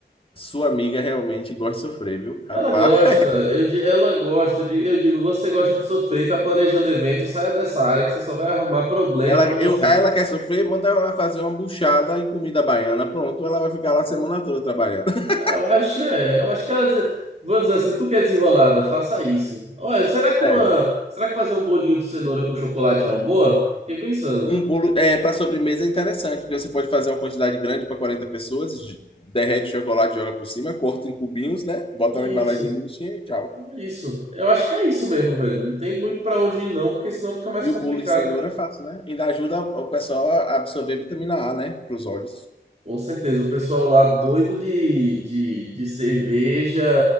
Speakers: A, on the left; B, on the right.
A: Sua amiga realmente gosta de sofrer, viu? Rapaz,
B: Ela gosta, eu, di- ela gosta. de- Eu digo, você gosta de sofrer, tá planejando evento, saia dessa área que você só vai arrumar problema
A: <laughs> ela,
B: pra você.
A: eu, aí ela quer sofrer, manda ela fazer uma buchada e comida baiana. Pronto, ela vai ficar lá a semana toda trabalhando. <laughs>
B: Eu acho, é, eu acho que ela dizer, vou dizer assim, tu que é desenrolada, faça isso. Olha, será que
A: É.
B: uma, será que fazer um bolinho de cenoura com chocolate é uma boa? Fiquei pensando.
A: Um bolo é, para sobremesa é interessante, porque você pode fazer uma quantidade grande para 40 pessoas, de- derrete o chocolate, joga por cima, corta em cubinhos, né? Bota
B: Isso.
A: na embalagem bonitinha e tchau.
B: Isso. Eu acho que é isso mesmo, velho. Não tem muito pra onde ir, não, porque senão fica mais
A: E
B: complicado.
A: o bolo de cenoura é fácil, né? Ainda ajuda o pessoal a absorver vitamina A, né? Para os olhos.
B: Com certeza. O pessoal lá doido de, de, de cerveja,